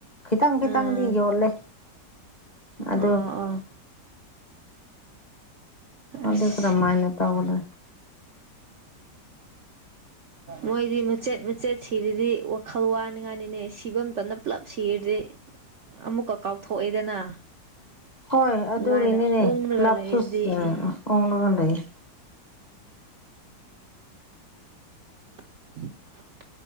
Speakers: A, on the left (about 30°); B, on the right (about 60°).
A: ꯈꯤꯇꯪ ꯈꯤꯇꯪꯗꯤ
B: ꯎꯝ
A: ꯌꯣꯜꯂꯦ ꯑꯗꯨ
B: ꯑꯥ ꯑꯥ ꯑꯁ
A: ꯑ ꯀꯔ ꯃꯥꯏꯅ ꯇꯧꯒꯗ
B: ꯃꯣꯏꯗꯤ ꯃꯆꯦꯠ ꯃꯆꯦꯠ ꯁꯤꯔꯗꯤ ꯋꯥꯈꯜ ꯋꯥꯅꯤꯡꯉꯥꯏꯅꯤꯅꯦ ꯁꯤꯐꯝꯇꯅ ꯄꯨꯜꯂꯞ ꯁꯤꯔꯗꯤ ꯑꯃꯨꯛꯀ ꯀꯥꯎꯊꯣꯛꯑꯦꯗꯅ
A: ꯍꯣꯏ
B: ꯑꯗꯨꯃꯥꯏꯅ
A: ꯑꯗꯨꯒꯤꯅꯤꯅꯦ
B: ꯎꯪꯉꯒ
A: ꯄꯨꯂꯞꯁꯨ
B: ꯂꯩꯔꯗꯤ
A: ꯑꯣꯡꯂꯒ
B: ꯎꯝ
A: ꯂꯩ
B: <inaudible>